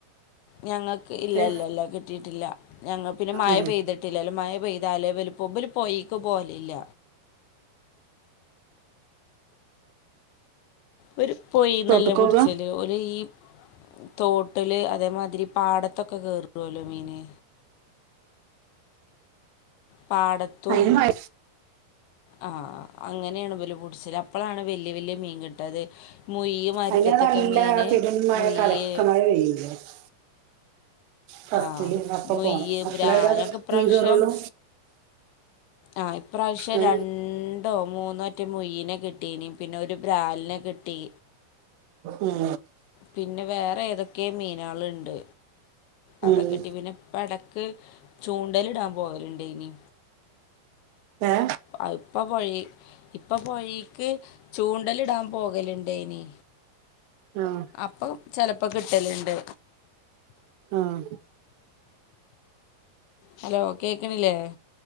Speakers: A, on the left; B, on the right.
A: ഞങ്ങക്ക് ഇല്ലല്ല
B: ഏ
A: ഇല്ല കിട്ടീട്ടില്ല ഞങ്ങക്ക് പിന്നെ മഴ
B: ഏ
A: പെയ്ത് ട്ടില്ലല്ലോ മഴ പെയ്താലേ ഇവല് പോ പോയേക്ക് പോവലില്ല ഒര് പോയീന്നല്ല
B: തോട്ട്ക്കോകാ
A: പുട്ച്ചല് ഓല് ഈ തോട്ട്ല് അതേമാതിരി പാടത്തൊക്കെ കേറോല്ലോ മീന് പാടത്തും
B: അയിന് മഴ
A: ആഹ് അങ്ങന്യാണ് ഇവല് പുട്ച്ചല് അപ്പളാണ് വല്യ വല്യ മീൻ കിട്ടത് മൊയ്യ് മാരിക്കത്തെക്കെ
B: അയിന് നല്ല
A: മീന്
B: പെരും മഴ
A: മൊയ്യ്
B: <unintelligible> ഫസ്റ്റില്
A: ആഹ്
B: അപ്പ
A: മൊയ്യ്
B: പോണം അപ്പളല്ലേ
A: ബരാ ഞങ്ങക്ക് ഇപ്രാശ്യം
B: മീൻ കേറുള്ളൂ
A: ആഹ് ഇപ്രാവശ്യം
B: ഏ
A: രൺ ണ്ടോ മൂന്നോറ്റെ മൊയ്യിനെ കിട്ടീനി പിന്നൊരു ബ്രാല്നെ കിട്ടി
B: ഉം
A: പിന്നെ വേറെ ഏതെക്കെ മീനേള്ണ്ട് അതൊക്കെ
B: ഉം
A: കിട്ടി പിന്നെ എടക്ക് ചൂണ്ടല്ടാൻ പോവല്ണ്ടേനി
B: ഏ
A: അത്പ്പൊ പൊഴേ ഇപ്പ പൊഴീക്ക് ചൂണ്ടല്ടാൻ പോകല്ണ്ടേനി
B: ആഹ്
A: അപ്പം ചെലപ്പകിട്ടല്ണ്ട്
B: ആഹ്
A: ഹലോ കേക്ക്ണില്ലേ?